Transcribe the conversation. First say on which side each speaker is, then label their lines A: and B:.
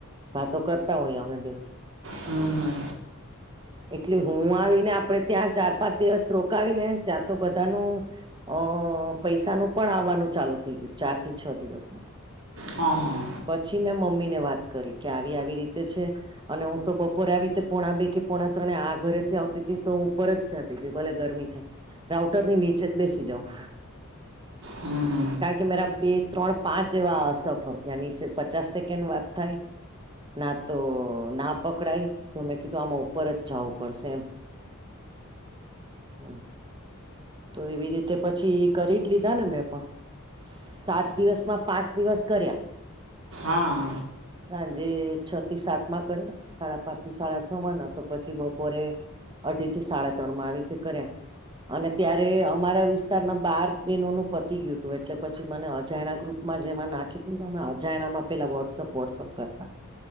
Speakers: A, on the right (about 20°); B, on the right (about 65°).
A: વાતો કરતા હોય અમે બે
B: હમ્મ હમ્મ
A: એટલે હું આવીને આપડણે ત્યાં ચાર પાંચ દિવસ રોકાવી ને ત્યાં તો બધાનું. અ પૈસાનું પણ આવવાનું ચાલુ થઇ ગયું ચાર થી છ દિવસમાં
B: હા હા
A: પછી મેં મમ્મી ને વાત કરી કે આવી આવી રીતે છે અને હું તો બપોરે આવી રીતે પોણા બે કે પોણા ત્રણે આ ઘરે થી આવતી ત તો હું ઉપર જ જતી હતી ભલે ગરમી થાય. રાઉટર ની નીચે જ બેસી જાઉં.
B: હમ હ.
A: કારણ કે મેરા બે ત્રણ પાંચ એવા અસફળ થયા નીચે પચાસ સેકન્ડ વાત થાય. ના તો ના પકડાય તો મે કીધું આમાં. પર જ જવું પડશે એમ હમ. તો એવી રીતે પછી કરી જ લીધા ને મેં પણ. સાત દિવસ માં પાંચ દિવસ કર્યા.
B: હા.
A: સાંજે છ થી સાત માં કર્યા સાડા પાંચ થી સાડા છ માં ન તો પછી બપોરે. અઢી થી સાડા ત્રણ માં આવી રીતે કર્યા. અને ત્યારે અમારા વિસ્તારના બાર બેહેનો નું પતી ગયું હતું એટલે પછી મને અજાણા ગ્રુપ. માં જેમાં નાખી હતી ને તો અમે અજાણામાં પેલા વોટ્સઅપ વોટ્સઅપ કરતા.